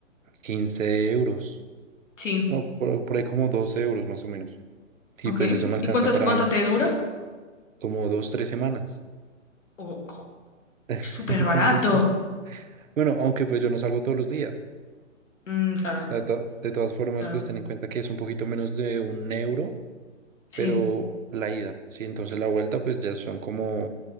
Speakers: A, on the right (about 80°); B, on the left (about 75°).
A: 15 euros.
B: Sí.
A: No, por, por ahí como 12 euros más o menos. Y
B: Ok.
A: pues eso me alcanza
B: ¿Y cuánto,
A: para
B: cuánto te dura?
A: como dos, tres semanas.
B: Oh, jo,
A: <laughs>
B: es súper
A: Entonces,
B: barato.
A: pues, bueno, aunque pues yo no salgo todos los días.
B: Mm, claro,
A: O sea, de, to- de todas formas,
B: claro.
A: pues ten en cuenta que es un poquito menos de un euro
B: Sí.
A: pero la ida, ¿sí? Entonces la vuelta pues ya son como